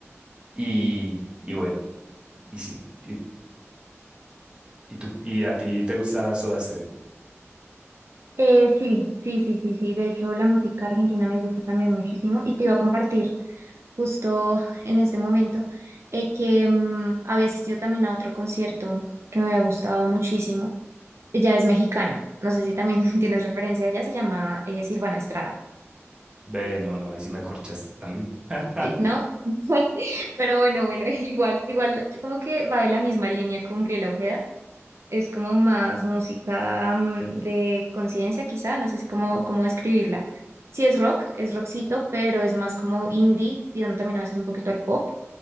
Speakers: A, on the right (about 20°); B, on the right (about 65°).
A: Y, y bueno, y sí. ¿Y, y tú, y a ti te gusta Soda Stereo?
B: Eh, sí, sí, sí, sí, sí. De hecho, la música argentina me gusta también muchísimo y te iba a compartir justo en este momento eh, que mm, había asistido también a otro concierto que me había gustado muchísimo. Ella es mexicana, no sé si también <laughs> tienes referencia, ella se llama eh, Silvana Estrada,
A: Ve, no, no, ahí sí me corchas también. <laughs>
B: ¿sí? ¿No? <laughs> Pero bueno, bueno, <laughs> igual, igual, como que va de la misma línea con Briela Ojeda. es como más música mm, de conciencia, quizá, no sé si cómo, cómo describirla. Sí es rock, es rockcito, pero es más como indie, tirando también a veces un poquito al pop.